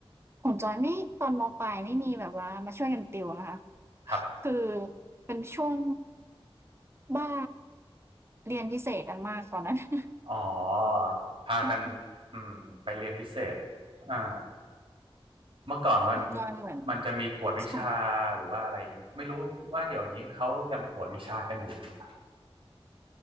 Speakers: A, on the right (about 25°); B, on the right (about 60°).
A: ของจอยไม่ตอนมปลายไม่มีแบบว่ามาช่วยกันติวนะคะ <laughs>
B: รับ
A: คือเป็นช่วงบ้าเรียนพิเศษกันมากตอนนั้น <laughs>
B: <laughs> อ๋อพากัน
A: อืม
B: อืมไปเรียนพิเศษอ่าเมื่อก่อนมัน
A: ของจอยเหมือน
B: มันจะมีกวดวิชาหรือว่าอะไรอย่างงี้ไม่รู้ว่าเดี๋ยวนี้เขายังกวดวิชากันอยู่ไหม
A: ใช่